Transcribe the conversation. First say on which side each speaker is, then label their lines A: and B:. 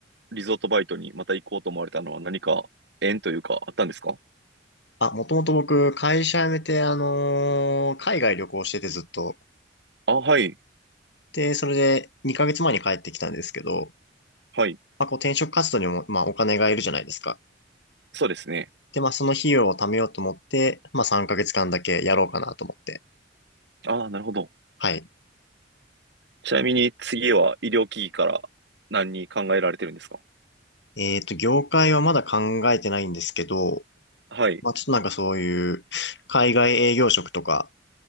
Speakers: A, on the right; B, on the left.
A: リゾートバイトにまた行こうと思われたのは何か縁というかあったんですか
B: あ、もともと僕、会社辞めて、あのー海外旅行しててずっと。
A: あ、はい、
B: で、それで2ヶ月前に帰ってきたんですけど、
A: はい。
B: まあ、こう転職活動にも、まあ、お金がいるじゃないですか。
A: そうですね。
B: で、まあ、その費用を貯めようと思って、まあ、3ヶ月間だけやろうかなと思って。
A: あ、なるほど。
B: はい。
A: ちなみに次は医療機器から何に考えられてるんですか
B: えっと、業界はまだ考えてないんですけど、
A: はい。
B: まあ、ちょっとなんかそういう、海外営業職とか、